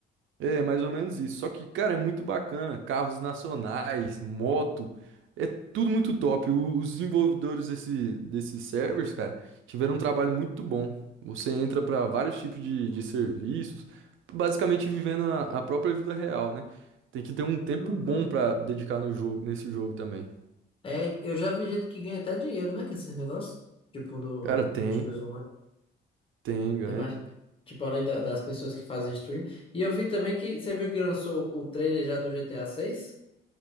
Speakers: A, on the right (about 80°); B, on the left (about 25°).
A: É, mais ou menos isso. Só que, cara, é muito bacana. Carros nacionais, moto, é tudo muito top. O- os desenvolvedores desse, desses servers, cara, tiveram um trabalho muito bom. Você entra para vários tipos de, de serviços, basicamente vivendo a, a própria vida real, né? Tem que ter um tempo
B: Uhum.
A: bom para dedicar no jogo, nesse jogo também.
B: É, eu já vi gente que ganha até dinheiro, né? Com esses negócios. Tipo, do,
A: Cara, tem,
B: nos coisas
A: tem, ganha.
B: Tem mais, tipo, além da- das pessoas que fazem stream. E eu vi também que, você viu que lançou o trailer já do GTA seis